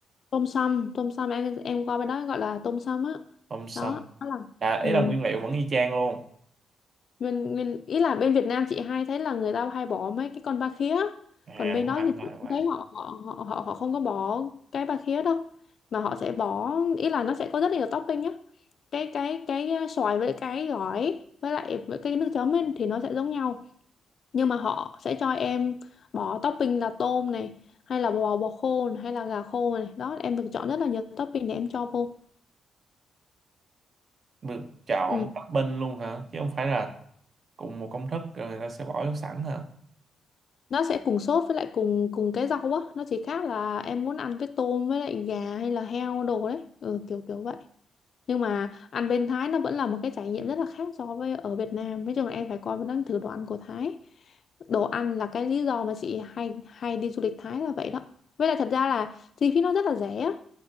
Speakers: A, on the left (about 55°); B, on the right (about 45°).
A: tôm sâm tôm sâm em em qua bên đó gọi là tôm sâm á
B: tôm sâm
A: đó đó là
B: là
A: ừ.
B: ý là nguyên liệu vẫn y chang luôn
A: nguyên nguyên ý là bên Việt Nam chị hay thấy là người ta hay bỏ mấy cái con ba khía
B: à
A: còn bên
B: đúng
A: đó
B: rồi
A: thì
B: đúng rồi
A: chị
B: đúng
A: cũng
B: rồi
A: thấy họ họ họ họ họ không có bỏ cái ba khía đâu mà họ sẽ bỏ ý là nó sẽ có rất nhiều topping nhá cái cái cái à, xoài với cái gỏi với lại với cái nước chấm ấy, thì nó sẽ giống nhau nhưng mà họ sẽ cho em bỏ topping là tôm này hay là bò bò khô này, hay là gà khô này đó em được chọn rất là nhiều topping để em cho vô
B: được chọn
A: ừ.
B: topping luôn hả chứ không phải là cùng một công thức rồi người ta sẽ bỏ vô sẵn hả
A: nó sẽ cùng sốt với lại cùng cùng cái rau á nó chỉ khác là em muốn ăn với tôm với lại gà hay là heo đồ đấy ừ, kiểu kiểu vậy nhưng mà ăn bên Thái nó vẫn là một cái trải nghiệm rất là khác so với ở Việt Nam nói chung là em phải coi nó thử đồ ăn của Thái đồ ăn là cái lý do mà chị hay hay đi du lịch Thái là vậy đó với lại thật ra là chi phí nó rất là rẻ